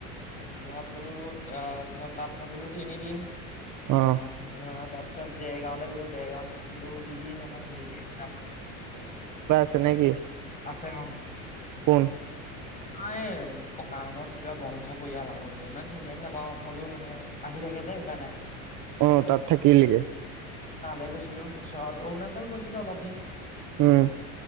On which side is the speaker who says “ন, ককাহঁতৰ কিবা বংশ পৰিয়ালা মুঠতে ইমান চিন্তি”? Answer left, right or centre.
Left